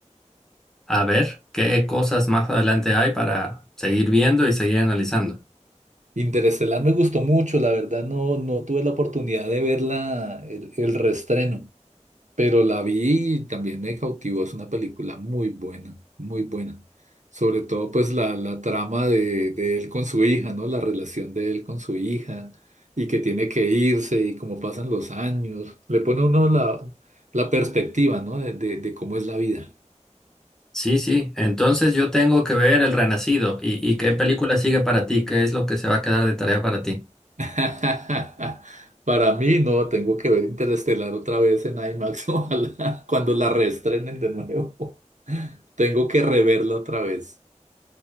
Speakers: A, in the centre; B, on the right (about 75°).
A: A ver qué cosas más adelante hay para seguir viendo y seguir analizando.
B: Interestelar me gustó mucho, la verdad no, no tuve la oportunidad de verla, el, el reestreno. Pero la vi y también me cautivó. Es una película muy buena, muy buena. Sobre todo, pues, la, la trama de, de él con su hija, ¿no? La relación de él con su hija y que tiene que irse y cómo pasan los años. Le pone a uno la, la perspectiva, ¿no? De, de, de cómo es la vida.
A: Sí, sí. Entonces yo tengo que ver El Renacido. ¿Y, y qué película sigue para ti? ¿Qué es lo que se va a quedar de tarea para ti?
B: <laughs> Para mí, no, tengo que ver Interestelar otra vez en IMAX, <laughs> ojalá, cuando la reestrenen de nuevo. <laughs> Tengo que reverla otra vez.